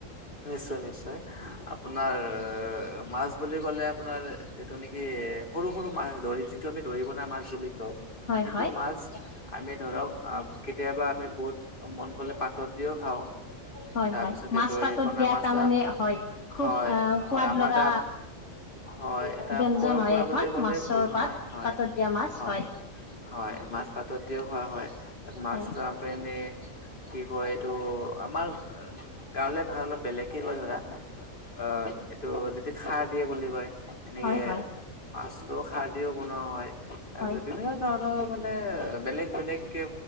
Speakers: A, on the left (about 40°); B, on the left (about 65°).
A: নিশ্চয় নিশ্চয় আপোনাৰ এএ মাছ বুলি ক'লে আপোনাৰ- যিটো নেকি সৰু সৰু মাছ দৰি যিটো আমি দৰি কনা মাছ বুলি কওঁ
B: হয়
A: সেইটো
B: হয়
A: মাছ। আমি ধৰক কেতিয়াবা আমি বহুত মন গ'লে পাতত দিওঁ খাওঁ।
B: হয়
A: তাৰপিছতে
B: হয় মাছ
A: দৰি
B: পাতত
A: কনা
B: দিয়া
A: মাছটা
B: তাৰমানে হয় খুব
A: হয়ঁ
B: আহ সোৱাদ
A: হয়ঁ আমাৰ
B: লগা
A: এটা হয়ঁ এটা
B: ব্যঞ্জন
A: পৰম্পৰা
B: হয় এখন
A: বুলি ক'লেও
B: মাছৰ
A: ভুল নহয়
B: পাত
A: হয়ঁ
B: পাতত দিয়া মাছ
A: হয়ঁ।
B: হয়
A: হয়ঁ মাছ পাতত দিওঁ খোৱা হয় মাছটা
B: হয়
A: তেনে কি কয় এইটো আমাৰ গাঁৱলীয়া ভাষা অলপ বেলেগকে কয় ধৰা অ এইটো যটো খাৰ দিয়ে বুলি কয়। এনেকে
B: হয় হয়
A: মাছটো খাৰ দিও বনোৱা হয়। তাৰপিছত
B: হয়
A: বিভিন্ন ধৰণৰ মানে বেলেগ বেলেগ কে